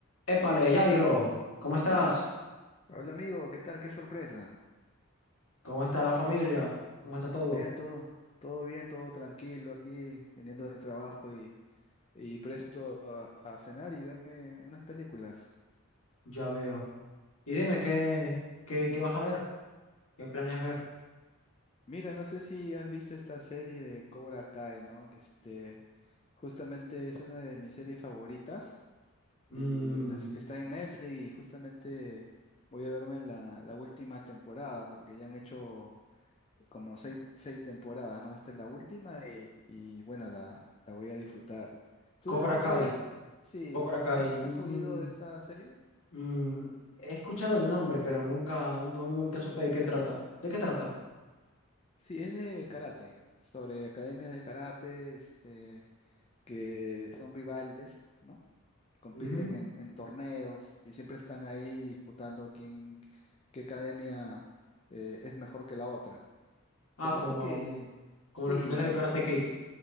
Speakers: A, on the left; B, on the left.
A: Épale, Jairo, ¿cómo estás?
B: Hola amigo, ¿qué tal? Qué sorpresa.
A: ¿Cómo está la familia? ¿Cómo está todo?
B: Bien, todo, todo bien, todo tranquilo aquí, viniendo del trabajo y, y presto a, a cenar y verme unas películas.
A: Ya veo. Y dime, ¿qué, qué, qué vas a ver? ¿Qué planeas ver?
B: Mira, no sé si has visto esta serie de Cobra Kai, ¿no? Que Este, justamente es una de mis series favoritas y
A: Mm,
B: las- está en Netflix y justamente voy a verme la, la última temporada porque ya han hecho como seis, seis temporadas, ¿no? Esta es la última y, y, bueno, la, la voy a disfrutar. ¿Tú
A: Cobra
B: de repente,
A: Kai,
B: sí,
A: Cobra Kai.
B: has,
A: mm,
B: has oído de esta serie?
A: mm, mm, He escuchado el nombre, pero nunca, no, nunca supe de qué trata. ¿De qué trata?
B: Sí, es de karate, sobre academias de karate, este, que son rivales, ¿no? Compiten
A: Ujú.
B: en, en torneos y siempre están ahí disputando quién, qué academia eh, es mejor que la otra.
A: Ah,
B: Te cuento
A: como,
B: que
A: como
B: sí,
A: los finales
B: al-
A: de Karate Kid.